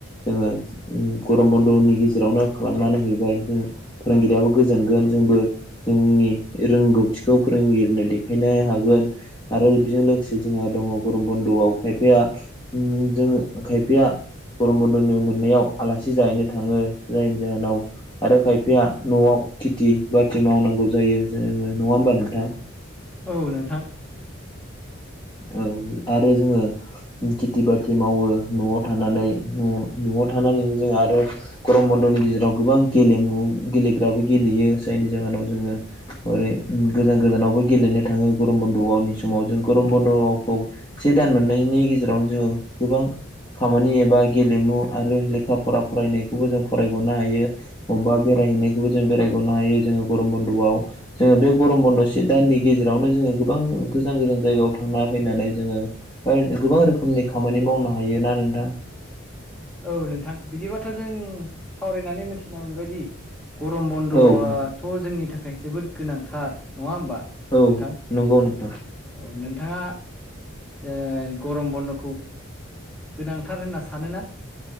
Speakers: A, on the left; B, in the centre.
A: जोङो ओम गरम बन्द'नि गेजेरावनो खालामनानै हैबाय जों फोरोंगिरियाबो गो- जोनगोन जोंबो जोंनि रोंगौथिखौ फोरोंगिरिनो देखायनो हागोन आरो बेजों लोगोसे जोंहा दङ गरम बन्दआव खायफाया ओम जों खायफाया गरम बन्दनो मोननायाव आलासि जाहैनो थाङो जायनि जाहोनाव आरो खायफाया न'आव खेथि बाथि मावनांगौ जायो जोङो नङा होमबा नोंथां
B: औ नोंथां
A: औ आरो जोङो खेथि बाथि मावो न'आव थानानै न' न'आव थानानैनो जों आरो गरम बन्द'नि गेजेराव गोबां गेलेमु गेलेग्राबो गेलेयो जायनि जाहोनाव जोङो ओरै गोजान गोजानावबो गेलेनो थाङो गरम बन्द'नि समाव जों गरम बन्द'खौ से दान मोननायनि गेजेरावनो जोङो गोबां खामानि एबा गेलेमु आरो लेखा फरा फरायनायखौबो जों फरायगावनो हायो अबबा बे बेरायहैनायखौबो जों बेरायगरनो हायो जोङो गरम बन्द'आव जोङो बे गरम बन्द' से दाननि गेजेरावनो जोङो गोबां गोजान गोजान जायगायाव थांना फैनानै जोङो गोबां रोखोमनि खामानि मावनो हायो ना नोंथां
B: औ नोंथां बिदिबाथ' जों सावरायनानै मिथिना मोनबायदि गरम बन्द'आथ'
A: औ नोंथां
B: जोंनि थाखाय जोबोद गोनांथार नङा होमबा
A: औ
B: नोंथां
A: नंगौनो
B: औ नोंथाङा ओ गरम बन्द'खौ गोनांथार होनना सानोना